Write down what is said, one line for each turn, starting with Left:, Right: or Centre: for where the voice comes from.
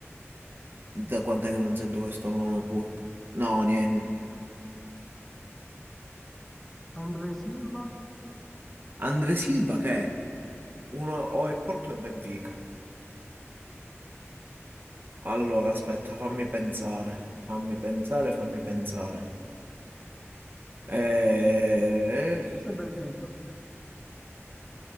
Right: Da quant'è che non sento questo nome pure? No, niente.
Centre: Andre Silva,
Right: Andre Silva che è? Uno o è Porto e Benfica. Allora, aspetta, fammi pensare. Fammi pensare, fammi pensare. Eh,
Centre: forse Benfica,